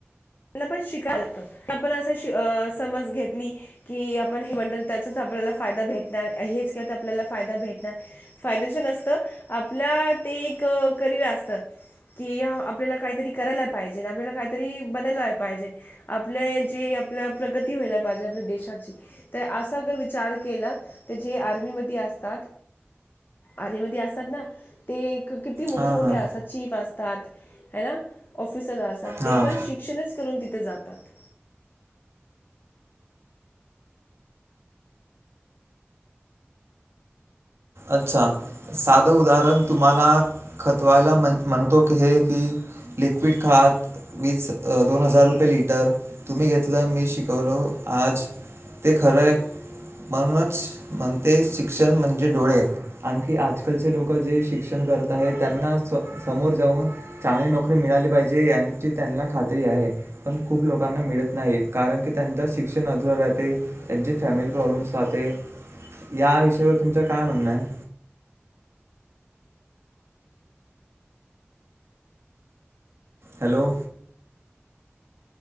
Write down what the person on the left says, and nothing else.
त्यांना पण शिकाय लागतं, आपण असं श समज घेतली. कि आपण हे म्हणतात त्याचाच आपल्याला फायदा भेटणार हेच केल तर आपल्याला फायदा भेटणार. फायद्याच्या नसतं आपल्या ते एक करिअर असत. कि आपल्याला काहीतरी करायला पाहिजे आणि आपल्याला काहीतरी बनायला पाहिजे आपल्या जे आपल्या प्रगती व्हायला पाहिजे आपल्या देशाची असा जर विचार केला तर जे आर्मीमध्ये असतात. आर्मी मध्यी असतात ना ते एक किती मोठे
मोठे
असतात चीफ असतात हा ना ऑफिसर असात ते
पण शिक शिक्षणच करून तिथे जातात.